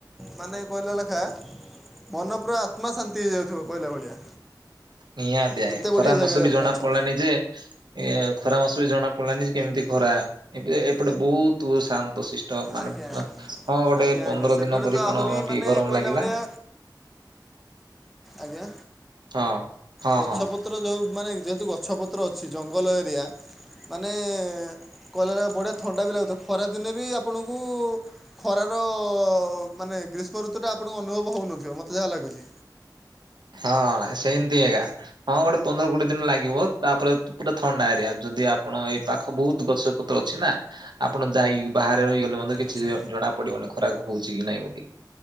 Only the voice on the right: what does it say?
ନିହାତି ଆଜ୍ଞା
ଖରା
ମାସ
ବି
ଜଣା
ପଡିଲାନି ଯେ ଏ ଖରା ମାସ ବି ଜଣା ପଡିଲାନି ଯେ କେମିତି ଖରା ଏ ଏପଟେ ବହୁତ ଶାନ୍ତ ସିଷ୍ଟ। ତ ମାନେ
ହଁ ଗୋଟେ
ପନ୍ଦର
ଦିନ ପରି
କଣ
ଟିକେ ଗରମ
ଲାଗିଲା।
ହଁ ହଁ
ହଁ।
ହଁ ସେଏନ୍ତି ଏ ଗାଁ। ହଁ ଗୋଟେ ପନ୍ଦର କୋଡିଏ ଦିନ ଲାଗିବ, ତାପରେ ପୁରା ଥଣ୍ଡା ଏରିଆ। ଯଦି ଆପଣ ଏଇ ପାଖ ବହୁତ ଗଛ ପତ୍ର ଅଛି ନା, ଆପଣ ଯାଇକି ବାହାରେ ରହିଗଲେ ମ କିଛି
ଜଣା ପଡିବନି, ଖରା ହଉଛି କି ନାଇଁ ବୋଲି